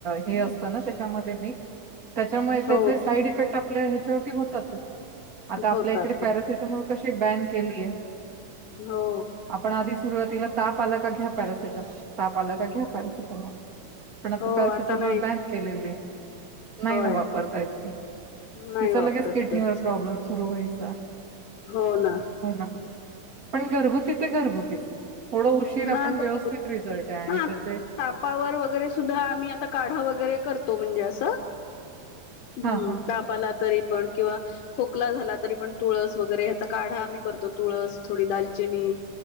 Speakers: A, on the right (about 30°); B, on the left (about 80°).
A: हे असत ना त्याच्यामध्ये मिक त्याच्यामुळे त्या
B: हो
A: साईड इफेक्ट आपल्या ह्याच्यावर होतातच आता आपल्या
B: होतात
A: इकडे
B: हो
A: पॅरासिटमॉल कशी बॅन केलीय
B: हो
A: आपण आधी सुरुवातीला ताप आला का घ्या पॅरासिटमल ताप आला का घ्या पॅरासिटमल पण आता
B: हो
A: पॅरासिटमॉल
B: नाही
A: बॅन केलेले नाही
B: होय
A: ना वापरता यी
B: नाही
A: तिचा
B: वापरत
A: लगेच किडनीवर
B: तेच
A: प्रॉब्लेम सुरू व्हायचा
B: हो ना
A: हो ना पण घरहुती ते घरगुतीच थोडं उशीर आपण
B: हा घरगुती
A: व्यवस्थित रिझल्ट आहे आणि
B: हा
A: त्याचे
B: तापावर सुद्धा आम् काढा वगैरे करतो म्हणजे असं
A: हा
B: हम्
A: हा
B: तापाला तरी पण किंवा खोकला झाला तरी पण तुळस वगैरे ह्याचा काढा आम्ही करतो तुळस थोडी दालचिनी